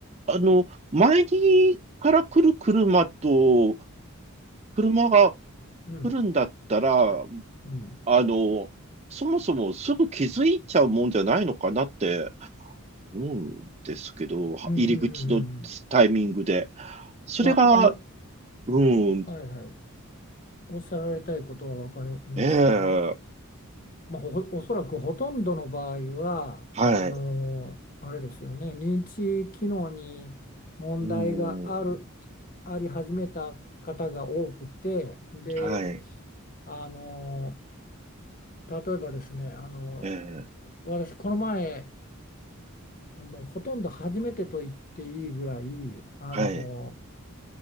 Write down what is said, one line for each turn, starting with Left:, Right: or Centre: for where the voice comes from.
Right: あの、前にから来る車と、車が
Left: うん、
Right: 来るんだったら、
Left: うん、
Right: あの、そもそもすぐ気づいちゃうもんじゃないのかなって思うんですけど、は入り口のタイミングで。
Left: うん、うん、うん、うん。
Right: それが、
Left: まあ、あの、
Right: うん、
Left: はい、はい。おっしゃられたいことは分かりました。
Right: ええ、
Left: あの、まあ、ほおそらくほとんどの場合はあのあれですよね認知機能に問題がある
Right: はい、うん、
Left: あり始めた方が多くてで
Right: はい、
Left: あの例えばですねあの
Right: ええ、
Left: 私この前もうほとんど初めてと言っていいぐらいあの
Right: はい。